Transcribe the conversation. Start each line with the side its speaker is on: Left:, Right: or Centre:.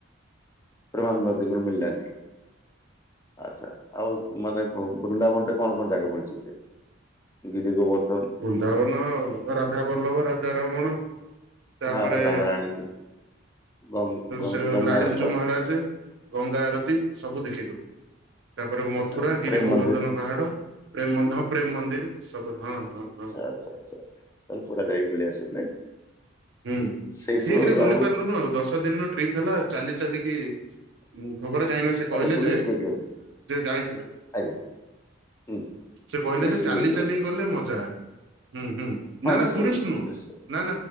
Left: ପ୍ରେମାନନ୍ଦ ମହା ଟିକେଟ୍
Right: ହୁଁ।
Left: ମିଳିଲାନି? ଆଛା ଆଉ ମାନେ ବୃନ୍ଦାବନ ରେ କଣ କଣ ଜାଗା ବୁଲି ଛନ୍ତି? ଗିରି ଗୋବର୍ଦ୍ଧନ
Right: ବୃନ୍ଦାବନ, ରାଧା ବଲ୍ଲଭ ରାଧାରମଣ। ତା
Left: ହଁ
Right: ପରେ
Left: ରାଧାରାଣୀ ଗ
Right: ସେ
Left: ଯମୁନା
Right: ଲାଡିଲୁଚୋ
Left: ଘାଟ ହଁ
Right: ମହାରାଜ, ଗଙ୍ଗା ଆରତୀ ସବୁ ଦେଖିଲୁ। ତାପରେ
Left: ଆଚ୍ଛା
Right: ମଥୁରା ଗିରି
Left: ପ୍ରେମ
Right: ଗୋବର୍ଦ୍ଧନ
Left: ମନ୍ଦିର
Right: ପାହାଡ, ପ୍ରେମ ମ- ହଁ ପ୍ରେମ ମନ୍ଦିର, ସବୁ ହଁ ହଁ।
Left: ଆଛା
Right: ହଁ
Left: ଆଛା ଆଚ୍ଛା। ତ ପୁରା ଯାଇ ବୁଲି ଆସିଛନ୍ତି ନାଇଁ?
Right: ହୁଁ।
Left: ସେଇଠୁ
Right: ଠିକ ରେ ବୁଲି
Left: ଆଉ
Right: ପାରିଲୁନୁ ଆଉ ଦଶ ଦିନର ଟ୍ରିପ୍ ହେଲା। ଚାଲି ଚାଲିକି ଖବର କାହିଁନା ସେ କହିଲେ
Left: ଆଚ୍ଛା ଟୁରିଷ୍ଟ
Right: ଯେ,
Left: ଯାଇଥିଲେ
Right: ଯାଇଥିଲେ
Left: ଆଜ୍ଞା ହୁଁ
Right: ସେ କହିଲେ
Left: ଟୁରିଷ୍ଟ
Right: ଯେ ଚାଲି
Left: ଯାଇଥିଲେ
Right: ଚାଲି
Left: ବୋଧେ?
Right: ଗଲେ ମଜା। ହୁଁ ହୁଁ।
Left: ହଁ
Right: ନା ନା
Left: ନିଶ୍ଚୟ
Right: ଟୁରିଷ୍ଟ
Left: ନିଶ୍ଚୟ
Right: ନୁହଁ।
Left: ନିଶ୍ଚୟ
Right: ନା